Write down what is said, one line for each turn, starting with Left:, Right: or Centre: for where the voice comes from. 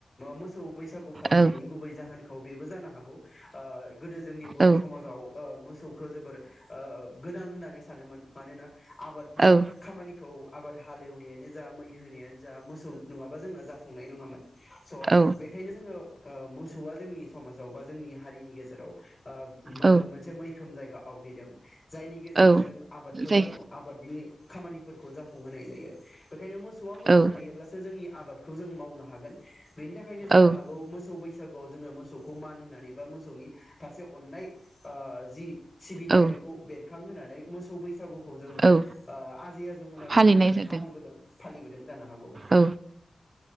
Left: मोसौ बैसागु फालिनायनि
Right: औ
Left: गुबै जाहोनखौ बेबो जानो हागौ आ गोदो जोंनि बर'
Right: औ
Left: समाजाव ओ मोसौखौ जोबोर ओ गोनां होननानै सानोमोन मानोना आबादनि
Right: औ
Left: खामानिखौ आबाद हालेवनायानो जा मै होनायानो जा मोसौ नङाबा जोंना जाफुंनाय नङामोन स'
Right: औ
Left: बेखायनो जोङो ओ मोसौआ जोंनि समाजाव बा जोंनि हारिनि गेजेराव ओ
Right: औ
Left: मोनसे मै खोम जायगा आवग्रिदों जायनि गेजेरजों
Right: औ
Left: जों आबादखौ
Right: जाय
Left: जाफुं आबादनि खामानिफोरखौ जाफुंहोनाय जायो बेखायनो मोसौ मोसौआ मोजां
Right: औ
Left: थायोब्लासो जोंनि आबादखौ जों मावनो हागोन बेनि थाखायनो जानो
Right: औ
Left: हागौ मोसौ बैसागुआव जोङो मोसौखौ मान होनानै बा मोसौनि फारसे अननाय ओ जि सिबिनाय
Right: औ
Left: बेखौ बेरखांहोनानै मो मोसौ बैसागु खौ जोंनि
Right: औ
Left: आ आजै आजौ मोना
Right: फालिनाय
Left: गोदोनिफ्राय
Right: जादों
Left: फालिबोदों। फालिबोदों जानो हागौ।
Right: औ